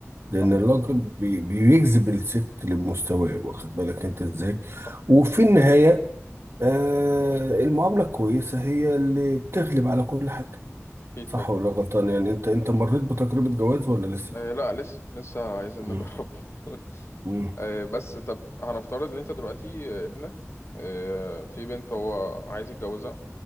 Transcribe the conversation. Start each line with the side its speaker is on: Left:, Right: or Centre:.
Right: لأن
Left: صح
Right: الراجل بي- بيجذب الست لمستواه واخد بالك أنت إزاي
Left: صح
Right: وفي النهاية آه المعاملة الكويسة هي اللي بتغلب على كل حاجة
Left: اكيد
Right: صح
Left: طبعا
Right: ولا غلطان يعني انت انت مريت بتجربة جواز ولا لسه؟
Left: آه لا لسه لسه عايزين
Right: مم.
Left: نجرب <laughs>
Right: مم.
Left: آه بس طب هنفترض ان انت دلوقتي آه، ابنك آه في بنت هو عايز يتجوزها